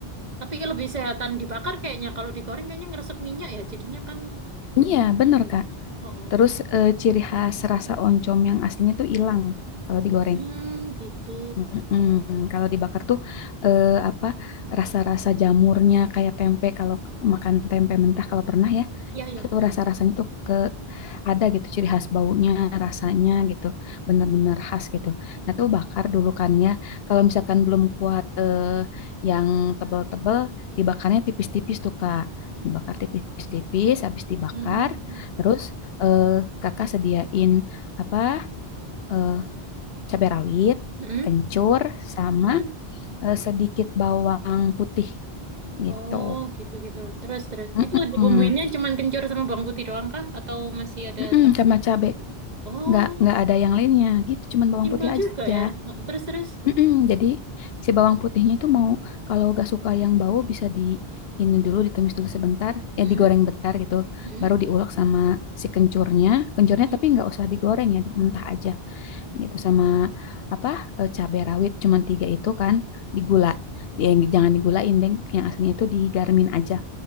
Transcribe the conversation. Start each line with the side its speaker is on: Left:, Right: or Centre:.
Right: tapi lebih sehatan dibakar kayaknya kalau digoreng kayaknya ngeresep minyak ya. Jadinya kan berminyak
Left: Iya, bener
Right: gitu.
Left: Kak.
Right: Oh, oh.
Left: Terus eh, ciri khas rasa oncom yang aslinya tuh hilang kalau digoreng.
Right: Hmm, gitu.
Left: Mm-mm. Kalau dibakar tuh eh, apa rasa-rasa jamurnya kayak tempe kalau k- makan tempe mentah kalau pernah ya
Right: Ya ya.
Left: tuh rasa-rasanya tuh ke ada gitu ciri khas baunya rasanya gitu bener-bener khas gitu. Nah tuh bakar dulu kan ya kalau misalkan belum kuat eh, yang tebel-tebel dibakarnya tipis-tipis tuh Kak dibakar tipis-tipis habis dibakar
Right: Hmm.
Left: terus eh, kakak sediain apa eh, cabai rawit
Right: Hmm?
Left: kencur sama
Right: Hmm?
Left: eh, sedikit bawang putih gitu.
Right: Oh, gitu-gitu. Terus, terus.
Left: Mm-mm.
Right: Itu dibumbuinnya cuman kencur sama bawang putih doang kah? Atau masih ada...
Left: Mm-mm,
Right: tam-
Left: sama cabe.
Right: Oh,
Left: Nggak nggak ada yang lainnya gitu, cuman bawang
Right: simpel
Left: putih aja.
Right: juga ya. Terus, terus.
Left: Mm-mm. Jadi si bawang putihnya itu mau kalau nggak suka yang bau bisa di ini dulu ditumis dulu sebentar, ya
Right: Hmm?
Left: digoreng bentar gitu.
Right: Hmm?
Left: Baru diulek sama si kencurnya. Kencurnya
Right: Hmm?
Left: tapi
Right: hmm.
Left: nggak usah digoreng ya, mentah aja gitu sama apa eh, cabai rawit cuman tiga itu kan digula, Ya, jangan digulain, Deng. Yang aslinya itu digarmin aja